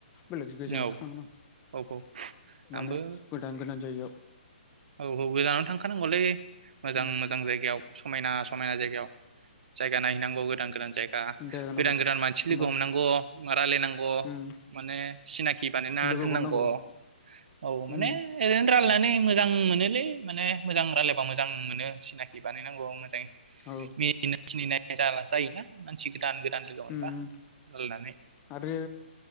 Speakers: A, on the left; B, on the right.
A: बेलेग गोजानावसो
B: औ
A: थांगोन आं
B: औ औ
A: माने
B: आंबो
A: गोदान गोदान जायगायाव।
B: औ औ गोजानावनो थांखानांगौलै मोजां
A: उम
B: मोजां जायगायाव समायना समायना जायगायाव, जायगा नायहैनां औ गोदान गोदान जायगा
A: जायगा
B: गोदान
A: नांगौ
B: गोदान मानसि
A: होमबा
B: लोगो हमनांगौ रायलायनांगौ
A: उम
B: माने सिनाखि बानायना
A: लोगोखौनो
B: दोननांगौ
A: नांगौ
B: औ माने
A: उम
B: ओरैनो रायलायनानै, ओम मोनोलै माने मोजां, रायलायबा मोजां मोनो सिनाखि बानायनांगौ मोजाङै,
A: औ
B: मिनिनाय थिनिनाय, जाला जायोना मानसि, गोदान गोदान लोगो मोनबा
A: ओम
B: रायलायनानै
A: आरो